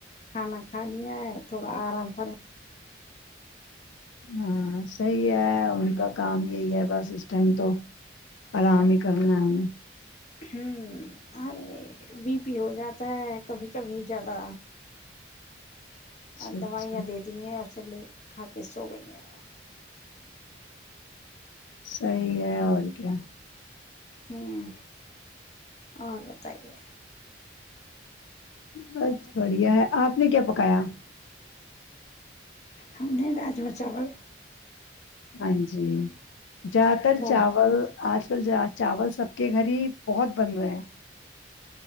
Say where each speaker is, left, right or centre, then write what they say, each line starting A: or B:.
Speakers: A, on the left; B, on the left.
A: کھانا کھا لیا تھوڑا آرام کرھر
B: ہاں صحیح ہے ان کا کام یہی ہے بس اس ٹائم تو آرام ہی کرنا ہے ہمہیں
A: ہ ارے بی پی ہو جاتا ہے کبھی کبھی زیادہ
B: اچھا
A: اور
B: اچھا
A: دوائیاں دے دی ہیں اورھر لے کھا کے سو گئی ہیں
B: صحیح ہے اور کیا
A: ہوں اور بتائیے
B: بس بڑھیا ہے آپ نے کیا پکایا
A: ہم نے راجم چاول
B: ہاں جی جیاد تر
A: راج
B: چاول ا چاول سب کے گھر ہی بہت بن رہے ہیں